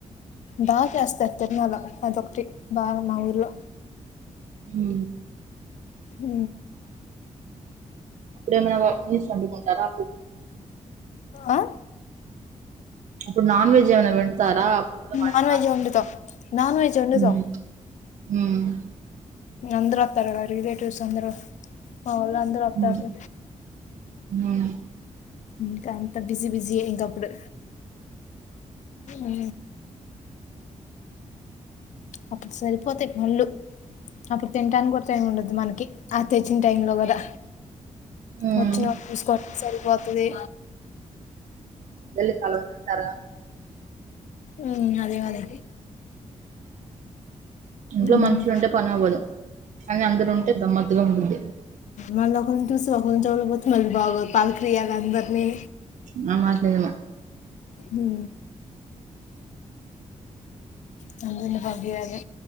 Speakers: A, on the left; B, on the right.
A: బా చేస్తారు తీర్నాల ప్రతిఒకటి బాగా మా ఊరిలో
B: ఉ
A: ఉ
B: అప్పుడేమన్నా నీసు వండుకుంటారా
A: ఆ
B: అప్పుడు నాన్ వెెజ్ ఎమన్న వండుతారా అప్పుడు కూడా వండరా
A: నాన్ వెజ్ వండుతాం నాన్ వెజ్ వండుతాం
B: ఉహుమ్ ఉమ్
A: అందరు వత్తారుగద రెలెటివ్స్ అందరు మావాళ్ళు అందరు వత్తారు
B: ఉమ్ ఉమ్
A: ఇంకా అంత బిజీ బిజి ఎ ఇంకా అప్పుడు ఊ అప్పుడు సరిపోతాయి ఫుల్ అప్పుడు తినానికి కూడా టైం ఉండదు మనకి ఆ తెచ్చిన టైంలో కదా
B: ఉమ్
A: వచ్చిన చూసుకొడమే సరిపోతుది
B: మల్లి కల్వనున్నారా
A: ఉ అదే అదే
B: ఇంట్లో
A: మ్మ్
B: మనుషులు ఉంటే పని అవ్వదు కానీ అందరు ఉంటే గమ్మత్తుగా ఉంటుంది
A: మళ్ళ ఒకరిని చూసి ఒకరిని చూడకపోతే మళ్ళీ బాగోదు పలకరియాలందరిని.
B: నమాజ్ చదివా
A: హ్ నలుగురిని పంపియాలె